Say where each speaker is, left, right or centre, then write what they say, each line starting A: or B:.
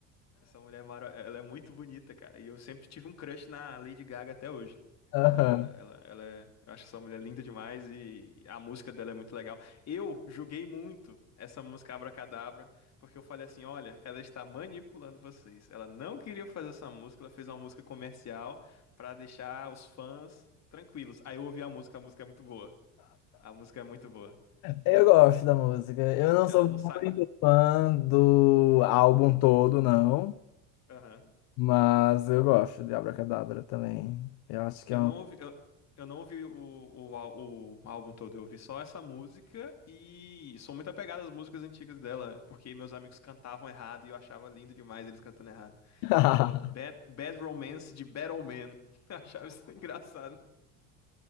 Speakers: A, on the left; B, on the left.
A: Essa mulher é mara... ela é muito bonita, cara. E eu sempre tive um crush na Lady Gaga até hoje.
B: Aham.
A: Ela, ela, ela é... Eu acho essa mulher linda demais e a música dela é muito legal. Eu julguei muito essa música Abracadabra, porque eu falei assim, olha, ela está manipulando vocês. Ela não queria fazer essa música, ela fez uma música comercial pra deixar os fãs tranquilos. Aí eu ouvi a música, a música é muito boa. A música é muito boa.
B: Eu gosto da música. Eu não
A: Ela
B: sou
A: não
B: muito
A: sai...
B: fã do álbum todo, não.
A: Aham.
B: Mas eu gosto de Abracadabra também. Eu acho que
A: Eu
B: é um.
A: não ouvi, eu, eu não ouvi o, o, ál- o álbum todo, eu ouvi só essa música e sou muito apegado às músicas antigas dela, porque meus amigos cantavam errado e eu achava lindo demais eles cantando errado.
B: <laughs>
A: Chamava Bad, Bad Romance de Battle Man. <laughs> Eu achava isso engraçado.